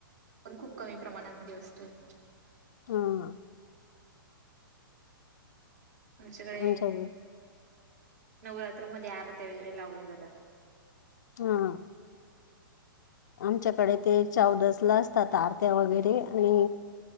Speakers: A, on the right (about 50°); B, on the left (about 50°).
A: पण खूप कमी प्रमाणामध्ये असतो.
B: हा.
A: सगळे.
B: आमच्या
A: नवरात्रामध्येध्ये आरत्या वगैरे लावल्या जातात.
B: हा. आमच्याकडे ते चौदस ला असतात आरत्या वगैरे आणि.